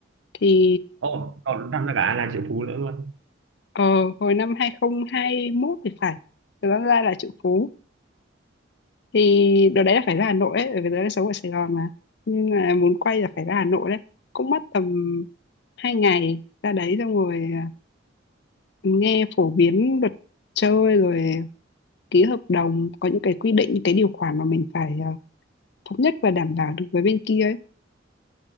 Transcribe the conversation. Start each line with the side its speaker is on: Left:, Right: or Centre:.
Left: thì
Right: Ồ, cậu tham gia cả là triệu phú nữa luôn.
Left: Ờ, hồi năm 2021 thì phải Từ Văn Lai là triệu phú Thì đợt đấy là phải ra Hà Nội ấy Bởi vì đợt đấy sống ở Sài Gòn mà Nhưng mà muốn quay là phải ra Hà Nội đấy Cũng mất tầm 2 ngày ra đấy xong rồi à, Nghe phổ biến luật chơi Rồi ký hợp đồng Có những cái quy định, những cái điều khoản mà mình phải à, Thống nhất và đảm bảo được với bên kia ấy